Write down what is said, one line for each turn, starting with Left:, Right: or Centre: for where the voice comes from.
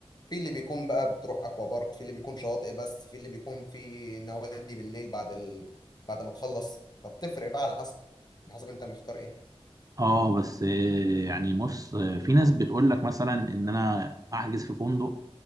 Left: في اللي بيكون بقى بتروح اكوا بارك في اللي بيكون شواطئ بس في اللي بيكون في نوادي بالليل بعد ال... بعد ما تخلص فبتفرق بقى على حسب على حسب انت مختار ايه
Right: اه بس آه، يعني بص آه، في ناس بتقول لك مثلا ان انا احجز في فندق